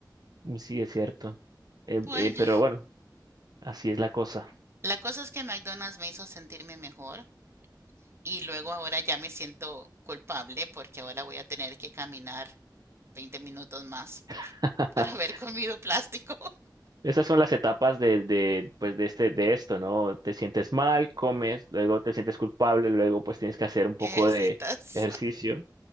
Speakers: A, on the right; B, on the right.
A: Sí, es cierto. Eh,
B: Bueno,
A: eh, pero bueno, así es la cosa.
B: la cosa es que McDonald's me hizo sentirme mejor y luego ahora ya me siento culpable porque ahora voy a tener que caminar 20 minutos más por,
A: <laughs>
B: por haber comido plástico.
A: Esas son las etapas de, de, pues de este, de esto, ¿no? Te sientes mal, comes, luego te sientes culpable, luego pues tienes que hacer un
B: <laughs> Ejercitas,
A: poco de ejercicio.